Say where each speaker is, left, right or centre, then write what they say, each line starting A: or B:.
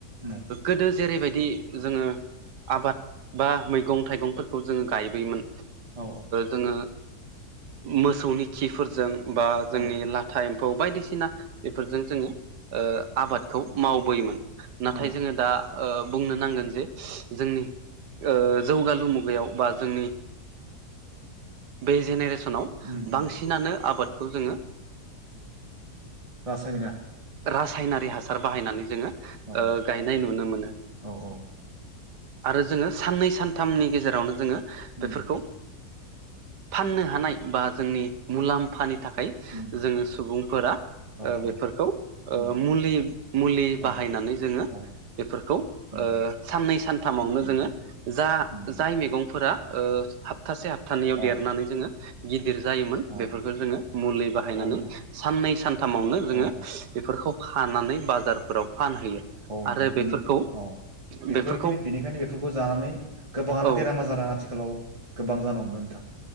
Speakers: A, on the right (about 20°); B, on the right (about 80°).
A: औ
B: गोदो जेरैबायदि जोङो आबाद बा मैगं थाइगंफोरखौ जोङो गायबोयोमोन।
A: औ
B: जोङो मोसौनि खिफोरजों बा जोंनि
A: औ
B: ला टाइम्फौ बायदिसिना बेफोरजों जोङो आबादखौ मावबोयोमोन। नाथाय
A: औ
B: जोङो दा बुंनो नांगोन जे जोंनि जौगालु मुगायाव बा जोंनि बे जेनेरेसनाव
A: उम
B: बांसिनानो
A: उम
B: आबादखौ जोङो
A: बासाय
B: रासायनारि हासार बाहायनानै जोङो
A: औ
B: गायनाय नुनो मोनो।
A: औ औ
B: आरो जोङो साननै सानथामनि गेजेरावनो जोङो
A: उम
B: बेफोरखौ फाननो हानाय बा जोंनि मुलाम्फानि थाखाय
A: उम
B: जोङो सुबुंफोरा
A: औ औ
B: बेफोरखौ
A: उम
B: मुलि मुलि
A: औ
B: बाहायनानै जोङो
A: औ
B: बेफोरखौ
A: उम
B: साननै सानथामावनो
A: उम
B: जोङो जा
A: उम
B: जाय मैगंफोरा हाबथासे हाबथानैयाव
A: औ
B: देरनानै जोङो गिदिर जायोमोन
A: औ
B: बेफोरखौ जोङो मुलि बाहायनानै
A: औ नोंथां
B: साननै सानथामावनो जोङो
A: औ
B: बेफोरखौ हानानै बाजारफोराव फानहैयो।
A: औ नोंथां
B: आरो
A: बेनि
B: बेफोरखौ
A: औ बेखायनो
B: बेफोरखौ
A: बेनिखायनो बेफोरखौ जानानै गोबाङानो
B: औ
A: बेराम आजारा आथिखालाव गोबां जान हमदों नोंथां।